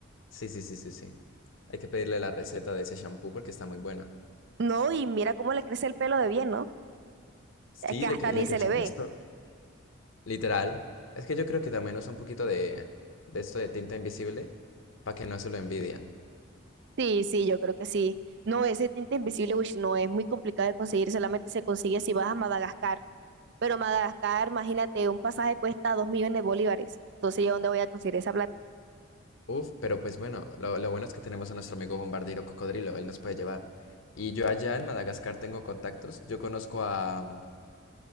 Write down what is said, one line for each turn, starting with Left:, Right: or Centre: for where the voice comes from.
Left: Sí, sí, sí, sí, sí. Hay que pedirle la receta de ese shampoo porque está muy buena.
Right: no, y mira cómo le crece el pelo de bien, ¿no?
Left: Sí,
Right: Es que
Left: le,
Right: hasta
Left: cre-
Right: ni
Left: le
Right: se
Left: crece
Right: le ve.
Left: el resto. Literal. Es que yo creo que también usa un poquito de, de esto de tinta invisible para que no se lo envidian.
Right: Sí, sí, yo creo que sí. No, ese tinte invisible, uy, no, es muy complicado de conseguir, solamente se consigue si vas a Madagascar. Pero Madagascar, imagínate, un pasaje cuesta dos millones de bolívares. Entonces, ¿yo dónde voy a conseguir esa plata?
Left: Uf, pero pues bueno, lo, lo bueno es que tenemos a nuestro amigo bombardero cocodrilo, él nos puede llevar. Y yo allá en Madagascar tengo contactos. Yo conozco a,